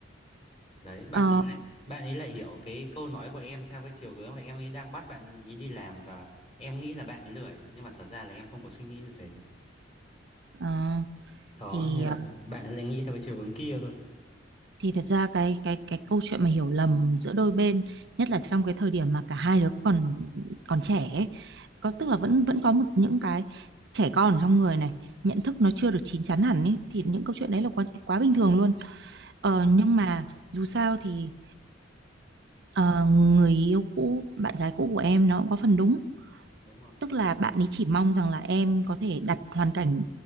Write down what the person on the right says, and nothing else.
ờ
ờ,
thì
ờ,
thì thật ra cái cái cái câu chuyện mà hiểu lầm giữa đôi bên nhất là trong cái thời điểm mà cả hai đứa còn còn trẻ ấy,
có tức
là vẫn vẫn có một những cái trẻ con ở trong người này nhận thức nó chưa được chín chắn hẳn ấy thì những câu chuyện đấy là quá quá bình thường luôn ờ, nhưng mà dù sao thì ờ, người yêu cũ bạn gái cũ của em nó cũng có phần đúng
tức là bạn ấy chỉ mong rằng là em có thể đặt hoàn cảnh